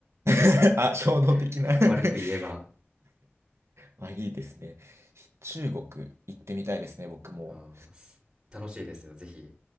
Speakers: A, on the right; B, on the right.
A: <laughs> あ、衝動的な
B: <laughs>
A: <laughs>
B: 悪く言えば、
A: あ、いいですね。中国行ってみたいですね、僕も。
B: あーす楽しいですよ、ぜひ。